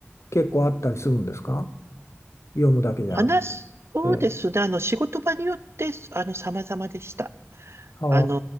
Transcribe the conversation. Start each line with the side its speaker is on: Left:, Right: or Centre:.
Left: 結構あったりするんですか読むだけじゃなくて。
Right: 話す、そうですね。
Left: ええ、
Right: あの、仕事場によって、あの、様々でした。
Left: は
Right: あの